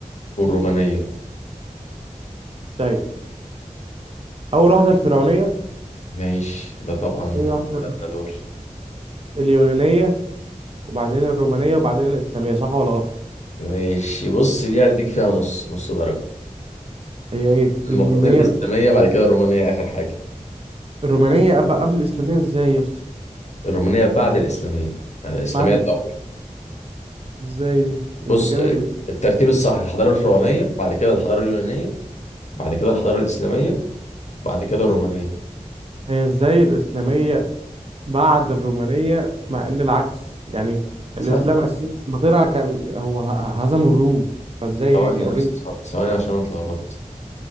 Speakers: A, on the left; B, on the right.
A: والرومانية
B: طيب اول واحده الفرعونيه
A: ماشي ده طبعا
B: ثاني واحده
A: أدنى دول
B: اليونانيه وبعدين الرومانيه وبعدين الاسلاميه صح ولا غلط
A: ماشي بص دي هديك فيها نص نص درجة
B: هي ايه اليونانيه
A: المفروض الإسلامية بعد كده الرومانية آخر حاجة
B: الرومانية أبقى قبل الإسلامية إزاي يا اسطى؟
A: الرومانية بعد الإسلامية يعني الإسلامية
B: بعد ال-
A: الأول
B: إزاي دي؟
A: بص
B: إذا كان الإس...
A: الترتيب الصح الحضارة الفرعونية بعد كده الحضارة اليونانية بعد كده الحضارة الإسلامية بعد كده الرومانية
B: هي إزاي الإسلامية بعد الرومانية مع إن العكس يعني الإسلام
A: ثانية
B: أساسا لما طلع كان هو ه- ه- هزموا الروم فإزاي
A: ثواني
B: هي كده
A: يا
B: أوريدي
A: أسطى، ثواني عشان أنا اتلخبطت